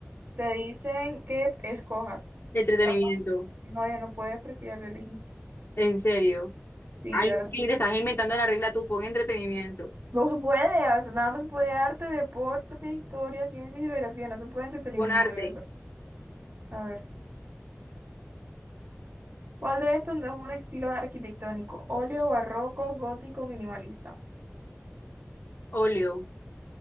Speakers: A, on the right (about 50°); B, on the left (about 55°).
A: te dicen que escojas.
B: Entretenimiento.
A: Ah, No, ya no puedes porque ya lo elegiste.
B: En serio.
A: Sí,
B: Ay,
A: ahora
B: Billy, te estás inventando la regla tú. Pon entretenimiento.
A: no se puede, o sea, nada más se puede arte, deporte, historia, ciencia y geografía, no se puede entretenimiento,
B: Pon arte.
A: de verdad. A ver, ¿cuál de estos no es un estilo arquitectónico? Óleo, barroco, gótico, minimalista.
B: Óleo.